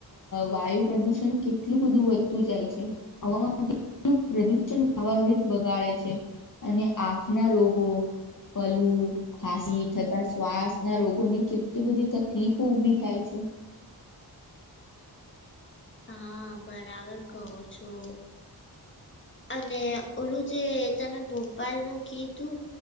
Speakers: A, on the left; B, on the left.
A: વાયુ પ્રદુષણ કેટલું બધું વધતું જાય છે. હવામા પ્રદુષણ બગાડે છે અને આંખ ના રોગો ફલુ, ખાસી થતા શ્વાસ ના રોગોને એટલી બધી તકલીફો ઊભી થાય છે.
B: હા, બરાબર કહો છો. અને ઓલું જે તમે ભોપાલનું કીધું,